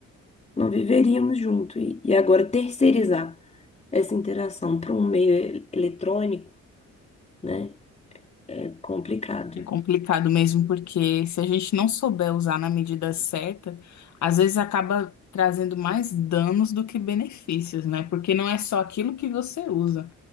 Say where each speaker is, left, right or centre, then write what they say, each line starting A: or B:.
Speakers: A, on the left (about 20°); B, on the left (about 65°).
A: não viveríamos junto. E, e agora, terceirizar essa interação para um meio e- eletrônico, né, é complicado.
B: É complicado mesmo, porque se a gente não souber usar na medida certa, às vezes acaba trazendo mais danos do que benefícios, né? Porque não é só aquilo que você usa,